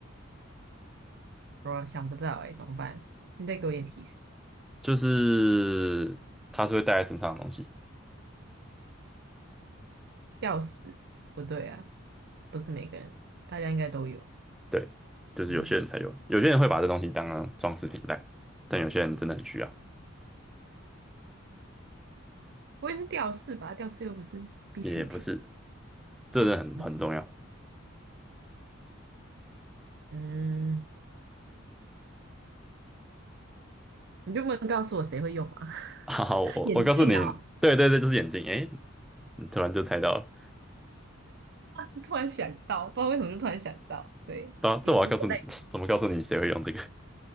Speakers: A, on the right (about 55°); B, in the centre.
A: 我想不到哎、怎么办？你再给我一点提示。
B: 就是它是会带在身上的东西。
A: 吊饰不对啊，不是每个人，大家应该都有。
B: 对，就是有些人才有，
A: 嗯，
B: 有些人会把这东西当成装饰品戴，但有些人真的很需要。
A: 不会是吊饰吧？吊饰又不是必需品。
B: 也不是，这真的很很重要。
A: 嗯嗯，你就不能告诉我谁会用吗？
B: <laughs> 好，
A: <laughs>
B: 我我告诉你，
A: 眼镜啊，
B: 对对对，就是眼镜。诶，你突然就猜到了，
A: 啊突然想到，不知道为什么就突然想到，对，
B: 对啊，
A: 也无所谓，
B: 这我要告诉你，<laughs> 怎么告诉你谁会用这个？